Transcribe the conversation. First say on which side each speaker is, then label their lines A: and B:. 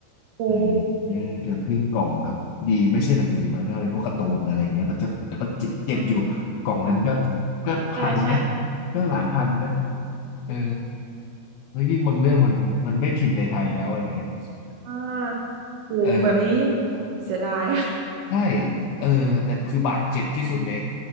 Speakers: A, on the right (about 75°); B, on the left (about 85°).
A: โอ้
B: เออเกือบครึ่งกล่องครับดีไม่ใช่หนังสือมาถ้าเป็นพวกการ์ตูนอะไรเงี้ยแต่ก็แต่ก็เจ็บเจ็บอยู่กล่องนั้นก็
A: อ่า
B: ก็พันนะ
A: ใช่ใช่
B: ก็หลายพันนะเออแล้วยิ่งบางเรื่องมันมันไม่พิมพ์ในไทยแล้วอะไรเงี้ย
A: อ่าโอ้โหแบบนี้ยิ่ง
B: เออ
A: เสียดาย
B: ใช่เออแต่คือบาดเจ็บที่สุดใน